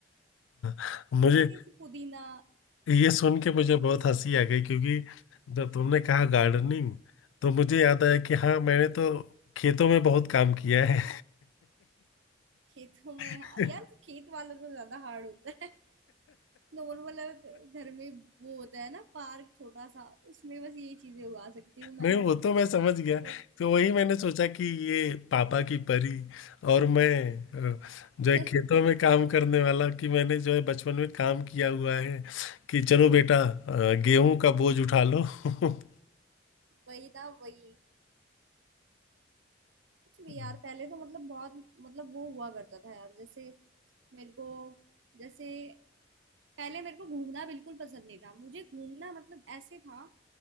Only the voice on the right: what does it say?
ऐसी ऐसी पुदीना
ऐसी
ऐसी चीज
खेतों में हाँ
यार वो खेत वाला तो ज्यादा हार्ड होता है <laughs> नॉर्मल घर में वो होता है ना पार्क छोटा सा उसमें बस ये चीजें उगा सकती हूँ मैं
वो
<laughs>
वही ना वही कुछ भी
यार पहले तो मतलब बहुत मतलब वो हुआ करता था यार जैसे मेरे को जैसे पहले मेरे को घूमना बिल्कुल पसंद नहीं था मुझे घूमना मतलब ऐसे था